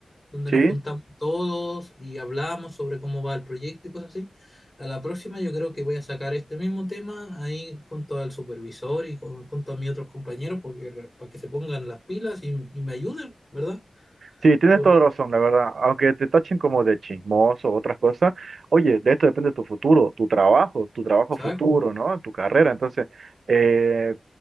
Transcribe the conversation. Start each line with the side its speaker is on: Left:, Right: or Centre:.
Left: donde
Right: Sí,
Left: nos juntamos todos y hablamos sobre cómo va el proyecto y cosas así. A la próxima yo creo que voy a sacar este mismo tema ahí junto al supervisor y con- junto a mis otros compañeros porque, re- para que se pongan las pilas y, y me ayuden, ¿verdad?
Right: Sí, tienes
Left: Por-
Right: toda la razón, la verdad. Aunque te tachen como de chismoso o otras cosas, oye, de esto depende tu futuro, tu trabajo, tu trabajo
Left: exacto.
Right: futuro, ¿no? Tu carrera. Entonces, eh,